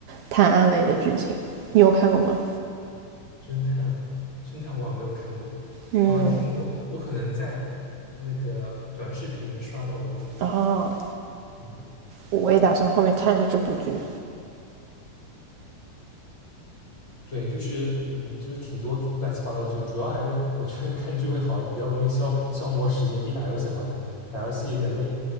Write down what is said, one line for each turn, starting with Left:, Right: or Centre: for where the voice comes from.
Right: 探案类的剧情。你有看过吗？
Left: 侦探，侦探我好像没有看过，
Right: 嗯，
Left: 我好像听过，我可能在那个短视频里面刷到过。
Right: 然后
Left: 嗯，
Right: 我也打算后面看一下这部剧。
Left: 对，就是嗯，就是挺多乱七八糟剧，主要还是我觉得看剧会好，也比较容易消消磨时间，比打游戏好一点。打游戏有点累，